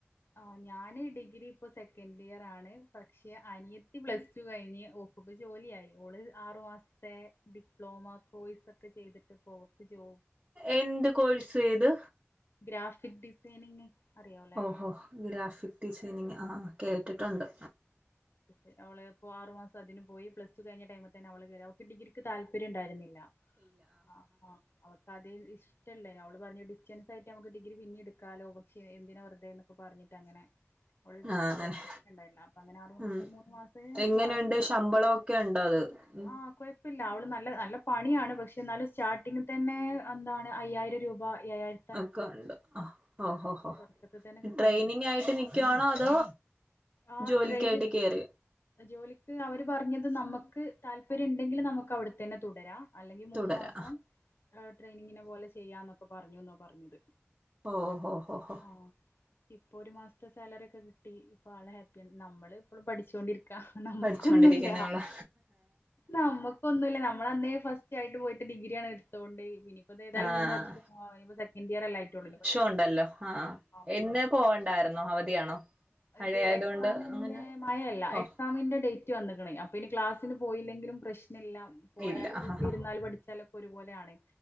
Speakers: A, on the left; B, on the right.
A: ആഹ് ഞാന് ഡിഗ്രി ഇപ്പോ സെക്കൻഡിയറാണ് പക്ഷെ അനിയത്തി പ്ലസ് ടു കഴിഞ്ഞ് ഒ ഓൾക്ക് ജോലിയായി. ഓള് ആറു മാസ്ത്തെ ഡിപ്ലോമ കോഴ്സൊക്കെ ചെയ്തിട്ട് ഇപ്പോ ഓൾക്ക് ജോ
B: എന്ത് കോഴ്സൈയ്ത്
A: ഗ്രാഫിക് ഡിസൈനിങ്. അറിയാവല്ലേ
B: ഓഹോ ഗ്രാഫിക് ഡിസൈനിങ്ങ് ആഹ് കേട്ടിട്ടുണ്ട്.
A: പിന്നവള് ഇപ്പോ ആറു മാസം അതിന് പോയി. പ്ലസ്ടു കഴിഞ്ഞ ടൈമി തന്നെ അവള് കയറി. അവൾക്ക് ഡിഗിക്ക് താല്പര്യുണ്ടായിരുന്നില്ല. ആഹ് ആഹ് അവൾക്ക് അതിൽ ഇഷ്ടല്ലാനു അവള് പറഞ്ഞ ഡിസ്റ്റൻ റ്റായിട്ട് നമുക്ക് ഡിഗ്രി പിന്നെ എടുക്കാലോ. പക്ഷെ എന്തിനാ വെറുതേ എന്നൊക്കെ പറഞ്ഞിട്ട് അങ്ങനെ അവൾ
B: ആഹ് അങ്ങനെ
A: എല്ലാർക്കും ഷ്ടണ്ടായില്ല അപ്പ അങ്ങനെ ആറു മാസ
B: ഉം
A: മൂന്ന് മാസേ
B: എങ്ങനെയുണ്ട്
A: ക്ലാസ്
B: ശമ്പളമൊക്കെ ഉണ്ടോ അത് ഉം
A: ആഹ് കുഴ ഇല്ല അവള് നല്ല നല്ല പണിയാണ് പക്ഷെ എന്നാലും സ്റ്റാർട്ടിംങ് തന്നെ എന്താണ് അയ്യായിരം രൂപ ഏരായിര്
B: ഒക്ക ഒണ്ട് ഹൊ ഹൊ ഹൊ
A: തുടക്കത്തിൽ തന്നെ കിട്ടുന്നുണ്ട്
B: ട്രെയിനിങായിട്ട് നിക്കുവാണോ അതോ
A: ആ
B: ജോലിക്കായിട്ട്
A: ട്രെയിനി
B: കേറി
A: ജോലിക്ക് അവര് പറഞ്ഞത് നമ്മക്ക് താല്പര്യുണ്ടെങ്കില് നമുക്ക് അവിടത്തന്നെ തുടരാം. അല്ലെങ്കി മൂന്ന്
B: തുടരാ
A: മാസം ട്രെയിനിങ്ങിനെ പോലെ ചെയ്യാന്നൊക്കെ പറഞ്ഞൂന്ന പറഞ്ഞത്
B: ഓ ഹൊ ഹൊ ഹൊ
A: ആഹ് ഇപ്പൊ ഒരു മാസത്തെ സാലറിയൊക്കെ കിട്ടി ഇപ്പ ആള് ഹാപ്പിയാണ് നമ്മള് ഇപ്പൊഴും പഠിച്ചോണ്ടിരി ക്കാ നമ്മുക്കൊന്നുല്ല
B: പഠിച്ചോണ്ടിരിക്കുന്നേ ഉള്ളൂ
A: നമ്മുക്കൊന്നുല്ല നമ്മളന്നേ ഫസ് യായിട്ട് പോയിട്ട് ഡിഗ്രിയാണ് എടുത്തോണ്ട് ഇനി ഇപ്പ തേതായാലും
B: ആഹ്
A: മൂന്ന് വർഷ സെക്കന്റിയർല്ലെ ആയിട്ടുളളു ഇനിപ്പ നാ
B: ഒണ്ടല്ലോ ഹാ ആ
A: മൂന്ന്
B: ഇന്ന്
A: വർഷം
B: പോവണ്ടായിരുന്നോ അവധിയാണോ മഴയായതുകൊണ്ട്
A: ഇത് എക്സാമിന്റെ
B: അങ്ങനെ
A: മഴയല്ല
B: ഓഹ്
A: എക്സാമിന്റെ ഡേറ്റ് ഡേറ്റ് വന്ന്ക്ക്ണ് അപ്പോ ഇനി ക്ലാസ്സിന് പോയില്ലങ്കിലും പ്രശ്നില്ല പോയാലും
B: ഇല്ല
A: വീട്ടിലിരുന്നാലും
B: ആഹ്
A: പഠിച്ചാലും ഒരുപോലാണ്